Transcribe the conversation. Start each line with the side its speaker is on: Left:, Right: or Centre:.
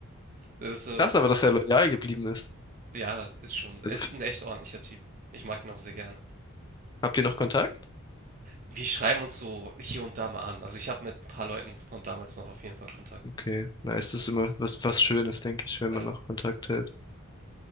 Right: Das ist so
Left: Krass, aber dass er loyal geblieben ist.
Right: ja, ist schon er
Left: Also,
Right: ist ein echt ordentlicher Typ. Ich mag ihn auch sehr gerne.
Left: habt ihr noch Kontakt?
Right: Wir schreiben uns so hier und da mal an. Also, ich habe mit ein paar Leuten von damals noch auf jeden Fall Kontakt
Left: Okay, nice.
Right: über Discord.
Left: Das ist immer was, was Schönes, denke ich, wenn
Right: Ja.
Left: man noch Kontakt hält.